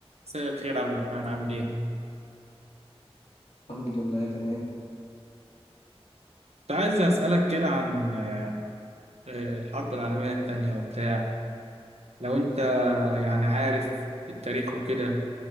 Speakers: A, on the right; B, on the left.
A: مساء الخير يا عبد الرحمن عامل ايه؟
B: الحمد لله تمام
A: كنت عايز اسألك كده عن آه، الحرب العالمية التانية وبتاع لو انت يعني عارف التاريخ وكده